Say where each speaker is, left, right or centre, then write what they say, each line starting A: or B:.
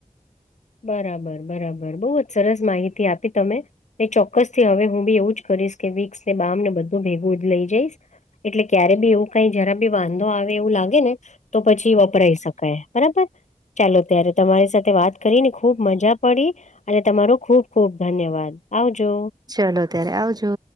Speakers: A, on the left; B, on the right.
A: બરાબર બરાબર બહુ જ સરસ માહિતી આપી તમે એ ચોક્કસ થી હવે હું બી એવું જ કરીશ કે વિક્સ ને બામ ને બધું ભેગું જ લઈ જઈશ. એટલે ક્યારે બી એવું કઈ જરા બી વાંધો આવે એવું લાગે ને તો પછી વપરાય શકાય. બરાબર. ચાલો ત્યારે તમારી સાથે વાત કરીને ખુબ મજા પડી અને તમારો ખુબ ખુબ ધન્યવાદ આવજો.
B: ચલોો ત્યારે આવજો.